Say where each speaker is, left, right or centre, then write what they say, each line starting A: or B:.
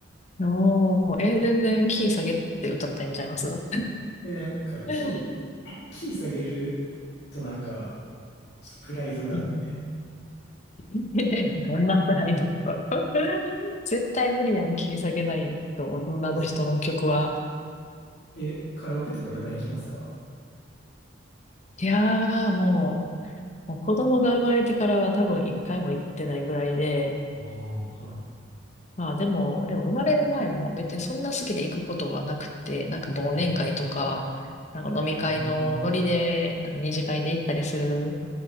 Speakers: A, on the left (about 40°); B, on the left (about 60°).
A: おー、え、全然キー下げて歌ったらいいんちゃいます <laughs> う
B: で、なんか、キー、
A: ん
B: キー下げるとなんか、ちょっとプライドがあって。
A: うん <laughs> どんなプライド <laughs> 絶対無理やん、切り下げないと、女の人の曲は。
B: そうっすよね。え、カラオケとか普段行きますか
A: うんいやー、もう、もう子供が生まれてからは多分一回も行ってないぐらいで、
B: ああ、はい。
A: まあでも、でも生まれる前も別にそんな好きで行くことはなくて、なんか忘年会とか、
B: う
A: なんか飲み会のノリで、
B: ん、
A: なんか二次会で行ったりする